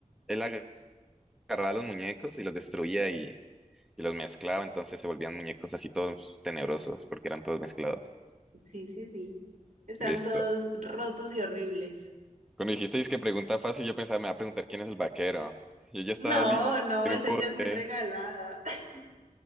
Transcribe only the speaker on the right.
sí, sí, sí. Están
todos rotos y horribles.
No,
no,
esa ya es muy
regalada. <laughs>